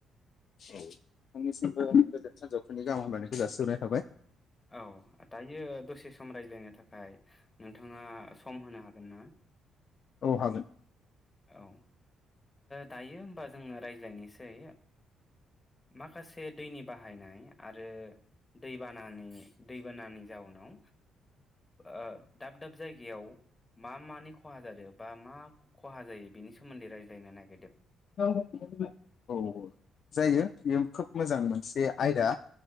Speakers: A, on the left; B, on the left.
A: औ नोंथांनिसिमबो गोजोन सानजौफोरनि गाहाम हामलायनायखौ जासिबाय।
B: औ दायो दसे सम रायज्लायनो थाखाय थाखाय नोंथाङा सम होनो हागोन ना?
A: औ हागोन।
B: औ दायो होनबा जोङो रायज्लायनोसै माखासे दैनि बाहायनाय आरो दैबानानि दैबानानि जाउनाव ओ दाब दाब जायगायाव मा मानि <unintelligible> खहा जादों बा मा खहा जायो बेनि सोमोन्दै रायज्लायनो नागिरदों।
A: औ औ जायो बेयो खोब मोजां मोनसे आयदा।